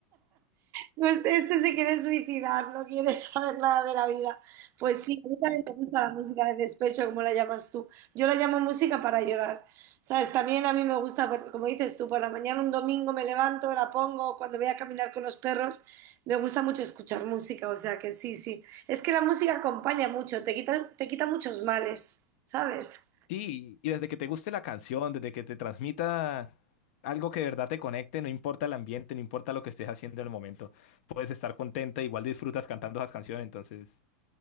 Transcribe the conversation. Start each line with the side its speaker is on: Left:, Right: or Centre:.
Right: No, Este, este se quiere suicidar, no quiere <laughs> saber nada de la vida. Pues sí, a mí también me gusta la música de despecho, como la llamas tú. Yo la llamo música para llorar. ¿Sabes? También a mí me gusta, por- como dices tú, por la mañana un domingo me levanto, la pongo, cuando voy a caminar con los perros, me gusta mucho escuchar música, o sea que sí, sí. Es que la música acompaña mucho, te quita, te quita muchos males, ¿sabes?
Left: Sí, y desde que te guste la canción, desde que te transmita algo que de verdad te conecte, no importa el ambiente, no importa lo que estés haciendo en el momento, puedes estar contenta, igual disfrutas cantando esas canciones, entonces